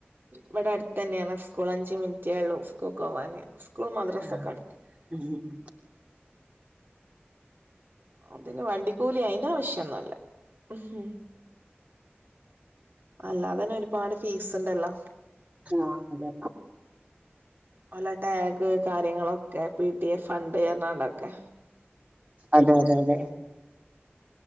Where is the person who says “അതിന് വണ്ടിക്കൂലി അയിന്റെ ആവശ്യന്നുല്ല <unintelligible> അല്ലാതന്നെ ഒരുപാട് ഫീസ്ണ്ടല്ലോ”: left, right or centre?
Right